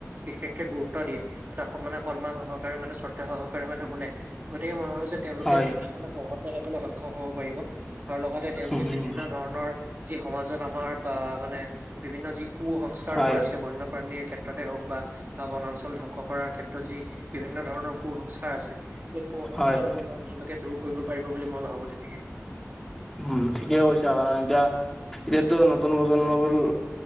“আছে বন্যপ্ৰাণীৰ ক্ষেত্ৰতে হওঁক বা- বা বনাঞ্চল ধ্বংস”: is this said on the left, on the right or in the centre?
Right